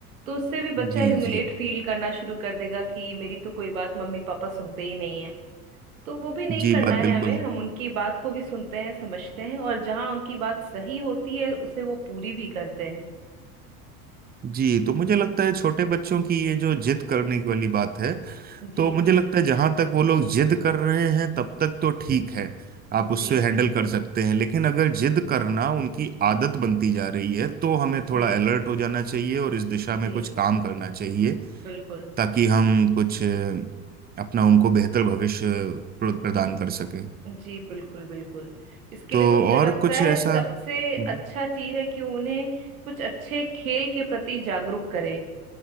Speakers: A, on the right; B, on the right.
A: तो उससे भी बच्चा
B: जी
A: ह्यूमिलेट
B: जी
A: फील करना शुरू कर देगा कि मेरी तो कोई बात मम्मी पापा सुनते ही नहीं है तो वो भी नहीं
B: जी
A: करना
B: बात
A: है
B: बिल्कुल
A: हमें हम उनकी बात को भी सुनते हैं समझते हैं और जहां उनकी बात सही होती है उसे वो पूरी भी करते हैं
B: जी तो मुझे लगता है छोटे बच्चों की ये जो जिद करने की वाली बात है
A: जी
B: तो मुझे लगता है जहां तक वो लोग जिद कर रहे हैं तब तक तो ठीक है आप उससे
A: जी
B: हैंडल कर सकते हैं लेकिन अगर जिद करना उनकी आदत बनती जा रही है तो हमें
A: जी
B: थोड़ा अलर्ट हो जाना चाहिए और इस दिशा
A: जी
B: में कुछ काम करना चाहिए
A: बिल्कुल
B: ताकि हम कुछ अ, अपना उनको बेहतर भविष्य प्र- प्रदान कर सकें
A: जी बिल्कुल बिल्कुल इसके
B: तो
A: लिए तो मुझे
B: और
A: लगता
B: कुछ
A: है
B: ऐसा
A: सबसे
B: हम्म
A: अच्छा चीज है कि उन्हें कुछ अच्छे खेल के प्रति जागरूक करें